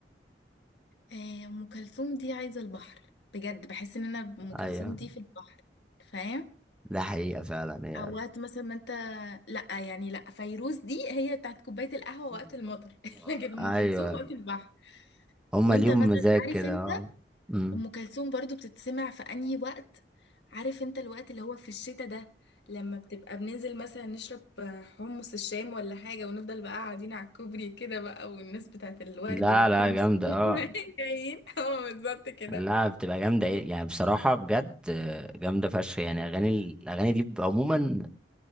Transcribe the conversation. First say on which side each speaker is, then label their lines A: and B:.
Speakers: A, on the left (about 75°); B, in the centre.
A: آه، ام كلثوم دي عايزة البحر بجد بحس ان انا ام كلثوم
B: ايوه
A: دي في البحر فاهم
B: ده حقيقة فعلا هي
A: او وقت مثلا ما انت لا يعني لا فيروز دي هي بتاعت كوبايه القهوه
B: <laughs>
A: وقت المطر <laughs> لكن ام
B: ايوه
A: كلثوم وقت البحر
B: هما
A: وانت
B: ليهم
A: مثلا
B: مزاج
A: عارف
B: كده
A: انت
B: اه امم
A: ام كلثوم برضو بتتسمع في انهي وقت عارف انت الوقت اللي هو في الشتاء ده لما بتبقى بننزل مثلا نشرب حمص الشام ولا حاجه ونفضل بقى قاعدين على الكوبري كده بقى والناس بتاعت الورد
B: لا
A: والترمس
B: لا جامدة
A: <laughs>
B: اه
A: جايين اه بالظبط كده
B: لا بتبقى جامدة ايه يعني بصراحة بجد آه، جامدة فشخ يعني اغاني الاغاني دي بيبقى عموما